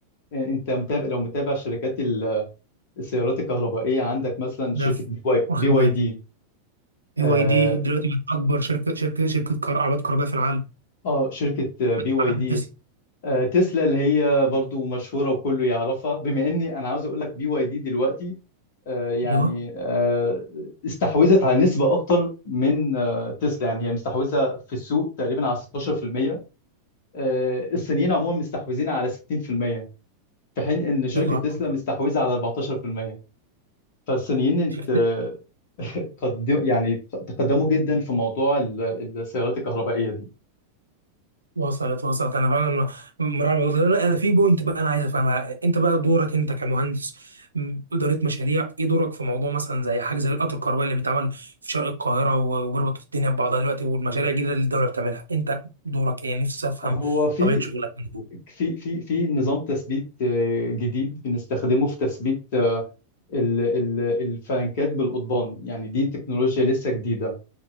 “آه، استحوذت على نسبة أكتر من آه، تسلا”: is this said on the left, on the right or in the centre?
Left